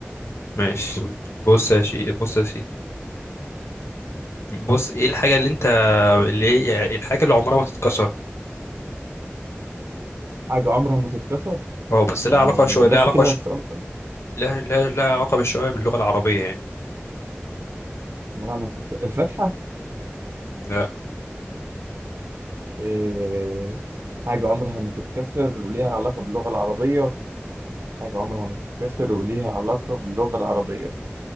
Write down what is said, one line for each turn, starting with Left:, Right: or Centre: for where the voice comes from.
Left: ماشي بص يا شيخ بص يا سيدي بص ايه الحاجة اللي انت اللي هي يعني الحاجة اللي عمرها ما تتكسر
Right: حاجه عمرها ما تتكسر
Left: هو بس لها
Right: يعني
Left: علاقة شوية
Right: بس
Left: لها علاقة
Right: كده
Left: ش...
Right: السؤال خلص
Left: لها لها لها علاقة بالشوية باللغة العربية يعني
Right: عمرها ما تتكسر الفتحه
Left: لا
Right: إيه حاجه عمرها ما تتكسر وليها علاقه باللغه العربيه حاجه عمرها ما تتكسر وليها علاقه باللغه العربيه